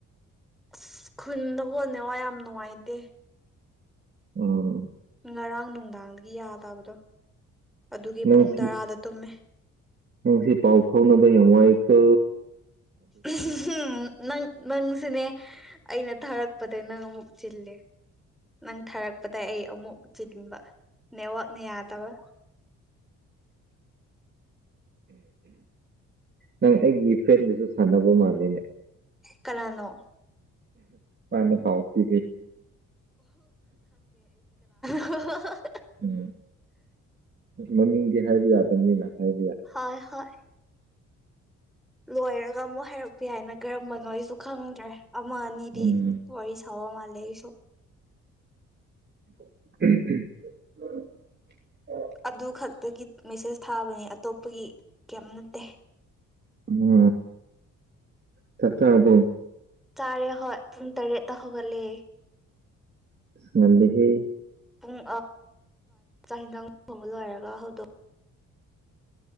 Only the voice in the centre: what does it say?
ꯑꯁ ꯈꯨꯟꯗ ꯀꯣꯟꯅꯦ ꯋꯥ ꯌꯥꯝ ꯅꯨꯡꯉꯥꯏꯇꯦ
ꯉꯔꯥꯡ ꯅꯨꯡꯗꯥꯡꯗꯒꯤ ꯌꯥꯗꯕꯗꯣ ꯑꯗꯨꯒꯤ
ꯄꯨꯡ ꯇꯔꯥꯗ ꯇꯨꯝꯃꯦ
ꯎꯝ ꯅꯪ ꯅꯪꯁꯨꯅꯦ ꯑꯩꯅ ꯊꯥꯔꯛꯄꯗꯒꯤꯩ ꯅꯪ ꯑꯃꯨꯛ ꯆꯤꯜꯂꯦ ꯅꯪ ꯊꯥꯔꯛꯄꯗ ꯑꯩ ꯑꯃꯨꯛ ꯆꯤꯟꯕ ꯅꯦꯠꯋꯥꯛꯅ ꯌꯥꯗꯕ
ꯀꯅꯥꯅꯣ
ꯍꯣꯏ ꯍ
ꯍ ꯍ ꯂꯣꯏꯔꯒ ꯑꯃꯨꯛ ꯍꯥꯏꯔꯛꯄ ꯍꯥꯏꯏꯅ ꯀꯔꯝꯕꯅꯣ ꯑꯩꯁꯨ ꯈꯪꯗ꯭ꯔꯦ ꯑꯃ ꯑꯅꯤꯗꯤ
ꯋꯥꯔꯤꯁ ꯊ ꯃꯥꯂꯁꯣ
ꯑꯗꯨ ꯈꯛꯇꯒꯤ ꯃꯦꯁꯦꯁ ꯊꯥꯕꯅꯦ ꯑꯇꯣꯞꯄꯒꯤ ꯀꯌꯥꯝ ꯅꯠꯇꯦ
ꯆꯥꯔꯦ ꯍꯣꯏ ꯄꯨꯡ ꯇꯔꯦꯠ ꯇꯥ ꯍꯧꯒꯠꯂꯦ
ꯄꯨꯡ ꯆꯥꯛ ꯍꯤꯟꯗꯥꯡ ꯐꯥꯎꯕ ꯂꯣꯏꯔꯒ ꯍꯧꯗꯣꯛ